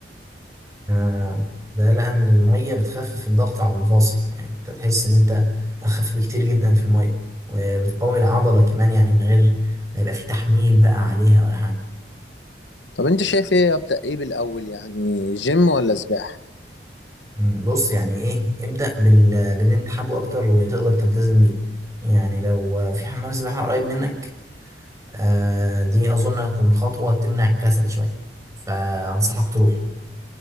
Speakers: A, on the right; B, on the left.
A: آه، ده لأن المية بتخفف الضغط على المفاصل يعني أنت تحس إن أنت أخف بكتير جدا في المية وبتقوي العضلة كمان يعني من غير ما يبقى في تحميل بقى عليها ولا حاجة
B: طب انت شايف ايه ابدأ ايه بالاول يعني جيم ولا سباحة
A: مم، بص يعني إيه ابدأ بال... باللي أنت حابه أكتر وتقدر تلتزم بيه يعني لو في حمام سباحة قريب منك آه، دي أظن هتكون خطوة تمنع الكسل شوية فأنصحك تروح